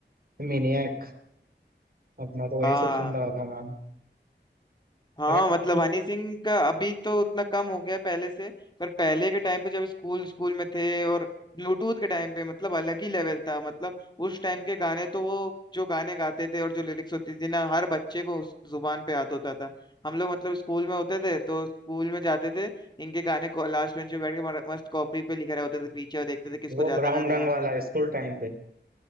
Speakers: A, on the right (about 55°); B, on the left (about 25°).
A: मिनियक अपना तो वही
B: हाँ
A: सब सुन रहा था मैम
B: हाँ
A: Rap
B: मतलब
A: generally
B: हनी सिंह का अभी तो उतना कम हो गया पहले से पर पहले के टाइम पे जब स्कूल स्कूल में थे और ब्लूटूथ के टाइम पे मतलब अलग ही लेवल था मतलब उस टाइम के गाने तो वो जो गाने गाते थे और जो लिरिक्स होती थी ना हर बच्चे को उस जुबान पे याद होता था हम लोग मतलब स्कूल में होते थे तो स्कूल में जाते थे इनके गाने को लास्ट बेंच पे बैठ के मर- मस्त कॉपी पे लिखे रहे होते थे पीछे और देखते थे किसको
A: वो
B: ज्यादा
A: ब्राउन
B: गाने
A: रंग
B: याद
A: वाला
B: है
A: स्कूल टाइम पे